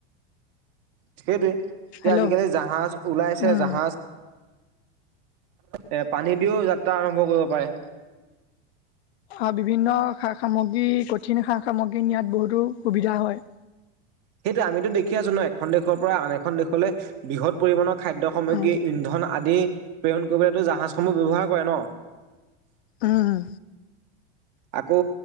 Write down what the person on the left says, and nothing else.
হেল্ল'
উম
আৰু বিভিন্ন সা-সামগ্ৰী, কঠিন সা-সামগ্ৰী নিয়াত বহুতো সুবিধা হয়।
উম
উম।